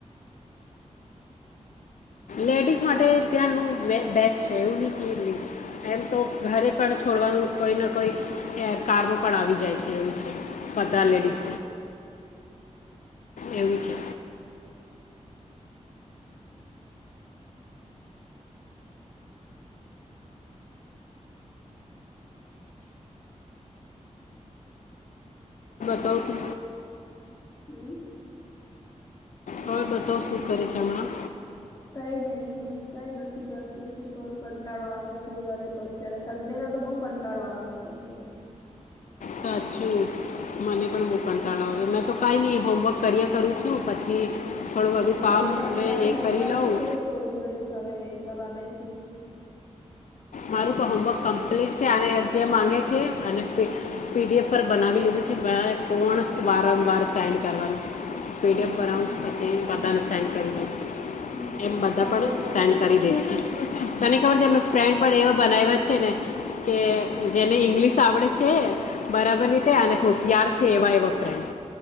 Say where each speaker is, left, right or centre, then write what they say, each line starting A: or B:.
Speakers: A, on the left; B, on the left.
A: લેડીઝ માટે ત્યાંનું બેસ્ટ છે, એવું ન કે. એમ તો ઘરે પણ છોડવાનું કોઈ ના, કોઈ કારમો પણ આવી જાય છે એવું છે. બધા
B: હા
A: લેડીસ એવું છે. બતાવ કે.
B: હમ્મ.
A: હવે બતાવ શું કરે છે? હમણાં.
B: કઈ નહી. કઈ કરતી શ કરરું કંટાળો આવે છે, ઘરે તો સંન્ડે ના તો બઉ કંટાળો આવે. સાચજ.
A: સાચું મને પણ બહ કંટાળો આવે, મેં તો કાંઈ નહીં, હોમવર્ક કરીએ કરું છું. શું પછી થોડું બધું
B: મારે
A: કામ
B: પણ અત્યારે
A: એ
B: હોમવર્ક
A: કરી લઉં.
B: છે તો જોઈશ, હવે એ કરવા બેસીશ.
A: મારું તો હોમવર્ક કમ્પ્લીટ છે, અને જે માગે છે, પ પીડીએફ પર બનાવી છે બ. પોણ વારંવાર સાેન્ડ કરવાનું. પેટીએફ
B: હમ
A: પર અઉું પછી પતાને સેન્ડ કરી દે.
B: હમ
A: એમ બધા
B: સારું
A: પણ
B: જ કેવાય
A: સેન્ડ કરી દે છે, તને
B: હા
A: ખબર છે, અમે ફ્રેન્ડ પણ એવા બનાવ્યા છે ને. કે જેને ઈંગ્લિશ આવડે છે. બરાબર, રીતે અને હોશિયાર છે, એવા એવા ફ્રેન્ડ.